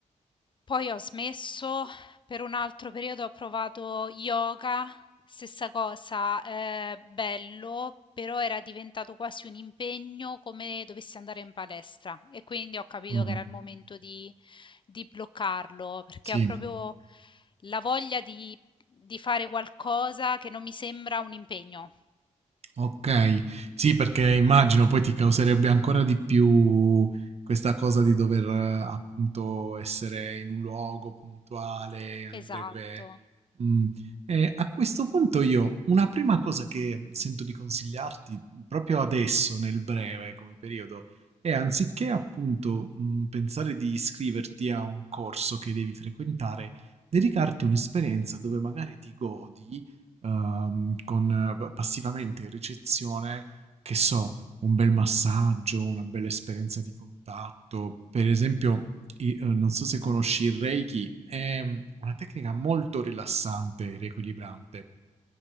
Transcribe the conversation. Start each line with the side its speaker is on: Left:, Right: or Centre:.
Left: Poi ho smesso, per un altro periodo ho provato yoga, stessa cosa, eh, bello, però era diventato quasi un impegno come dovessi andare in palestra e quindi ho capito
Right: Mh.
Left: che era il momento di, di bloccarlo, perché
Right: Sì.
Left: ho proprio la voglia di di fare qualcosa che non mi sembra un impegno.
Right: Okay. Sì, perché immagino poi ti causerebbe ancora di più questa cosa di dover eh, appunto essere in un luogo puntuale, andrebbe
Left: Esatto.
Right: mhmm, ehm, a questo punto io una prima cosa che sento di consigliarti, proprio adesso nel breve come periodo, è anziché appunto, mhmm, pensare di iscriverti a un corso che devi frequentare, dedicarti un'esperienza dove magari ti godi, ehm, con eh, passivamente in ricezione, che so, un bel massaggio, una bella esperienza di contatto. Per esempio, i- eh, non so se conosci il Reiki, è mm, una tecnica molto rilassante e riequilibrante.